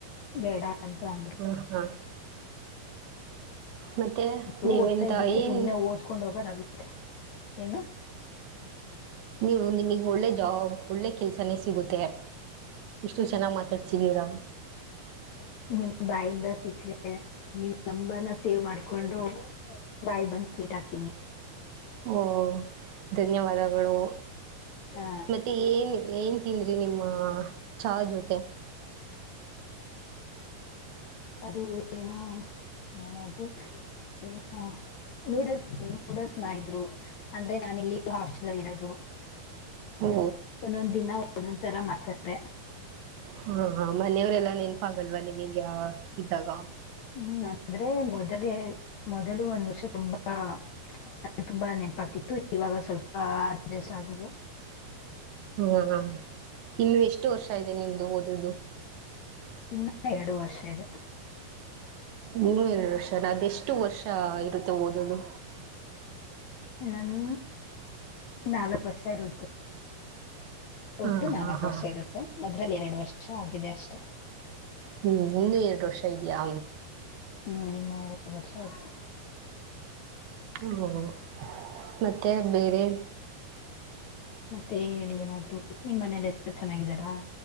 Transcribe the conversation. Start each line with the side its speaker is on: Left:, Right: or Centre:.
Left: ಬೇಡ ಅಂತ ಅಂದ್ರು.
Right: ಹಾ ಹಾ- ಮತ್ತೆ
Left: ಇ
Right: ನೀವೆಂತ
Left: ಓದ್ತಾ ಇದ್ದೀನಿ
Right: ಏನ್
Left: ಸುಮನೆ ಓದ್ಕೊಂಡ್ ಹೋಗೋದಾಗುತ್ತೆ ಏನು.
Right: ನೀವು ನಿಮಗ್ ಒಳ್ಳೆ ಜಾಬ್ ಒಳ್ಳೆ ಕೆಲ್ಸನೇ ಸಿಗುತ್ತೆ. ಇಷ್ಟು ಚೆನ್ನಾಗಿ್ ಮಾತಾಡ್ ಸಿದೀರಾವು.
Left: ನಿಮ ಬಾಯಿಂದ ಸಿಕ್ಕ್ರೆ ನೀವು್ ತಂಬನ ಸೇವ್ ಮಾಡ್ಕೊಂಡು. ಬಾಯ್ ಬಂದ್ ಸ್ವೀಟ್ ಹಾಕ್ತೀನಿ.
Right: ಓ ಧನ್ಯವಾದಗಳು.
Left: ಆ,
Right: ಮತ್ತ ಏನ್ ಏನ್ ತಿಂದ್ರಿ ನಿಮ್ಮ ಚಾರ್ ಜೊತೆ.
Left: ಅದು ಏನ ಏನದು. ಹ್ಮ ನೂಡಲ್ಸ್ ನೂಡಲ್ಸ್ ಮಾಡಿದ್ರು ಅಂದ್ರೆ ನಾನ ಇಲ್ಲಿ ಹಾಸ್ಟೆಲ್ ಇರೋದು.
Right: ಓ
Left: ಒಂದೊಂದ್ ದಿನ ಒಂದೊಂದ್ ತರ ಮಾಡ್ತಾರೆ.
Right: ಹಾ ಹಾ ಮನೆಯವರೆಲ್ಲ ನೆನಪಾಗಲ್ವಾ ನಿಮಗೆ ಇದ್ದಾಗ.
Left: ಹ್ಮ್ ನಂದ್ರೆ ಮೊದಲೇ ಮೊದಲು ಒಂದ್ ವರ್ಷ ತುಂಬಾ. ನ ತುಂಬಾ ನೆನಪಾಗ್ತಿತ್ತು ಇವಾಗ ಸ್ವಲ್ಪ ಅಡ್ಜಸ್ಟ್ ಆಗಿದೆ.
Right: ಹಾ ಇನ್ನು ಎಷ್ಟು ವರ್ಷ ಇದೆ ನಿಮ್ದು ಓದುದು.
Left: ಇನ್ನ ಎರಡು ವರ್ಷ ಇದೆ.
Right: ನೂರ ಎರಡು ವರ್ಷ ಅದೆಷ್ಟು ವರ್ಷ ಇರುತ್ತೆ ಓದೋದು.
Left: ನನ್ ನಾಲ್ಕು ವರ್ಷ ಇರುತ್ತೆ. ಒಟ್ಟು
Right: ಹಾ
Left: ನಾಲ್ಕ್
Right: ಹಾ ಹಾ
Left: ವರ್ಷ ಇರುತ್ತೆ ಅದ್ರಲ್ಲಿ ಎರಡು ವರ್ಷ ಆಗಿದೆ ಅಷ್ಟೆ.
Right: ಹ್ಞೂ ಇನ್ನೂ ಎರಡು ವರ್ಷ ಇದೆಯಾ.
Left: ಹ್ಮ್ ಇನ್ನ ಎರಡು ವರ್ಷ ಆಯ್ತು.
Right: ಹ್ಞ ಮತ್ತು ಬೇರೆ.
Left: ಮತ್ತೆ ಹೇಳಿ ಏನಾದ್ರು ನಿಮ್ ಮನೆಯಲ್ಲಿ ಎಲ್ಲಾ ಚೆನ್ನಾಗಿದ್ದಾರಾ.